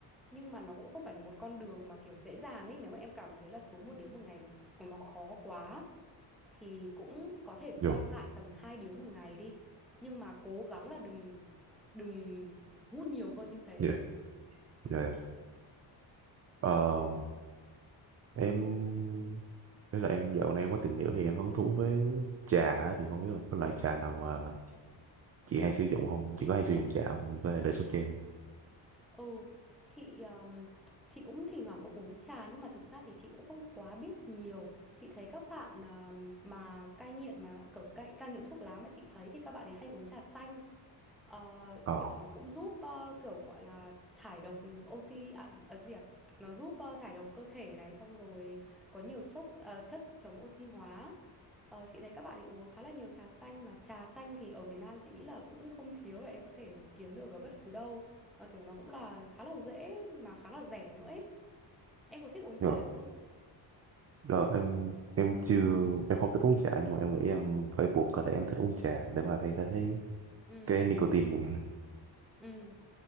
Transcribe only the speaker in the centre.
nhưng mà nó cũng không phải là một con đường mà kiểu dễ dàng ấy nếu mà em cảm thấy là xuống một điếu một ngày nó nó khó quá thì cũng có thể
quay lại tầm hai điếu một ngày đi nhưng mà cố gắng là đừng đừng hút nhiều hơn như thế
ừ
ừ,
ừ. chị um, chị cũng thỉnh thoảng cũng uống trà nhưng mà thực ra thì chị cũng không quá biết nhiều chị thấy các bạn um, mà cai nghiện mà kiểu cai cai nghiện thuốc lá mà chị thấy thì các bạn ấy hay uống trà xanh Ờ,
kiểu nó cũng giúp ờ, kiểu gọi là thải độc oxy à, ờ, cái gì à? Nó giúp ờ, thải độc cơ thể này xong rồi có nhiều chốc ờ, chất chống oxy hóa. Ờ, chị thấy các bạn ấy uống khá là nhiều trà xanh mà trà xanh thì ở Việt Nam chị nghĩ là cũng không thiếu là em có thể kiếm được ở bất cứ đâu. Và kiểu nó cũng là khá là dễ mà khá là rẻ nữa ấy. Em có thích uống trà
không?
Ừ,
ừ,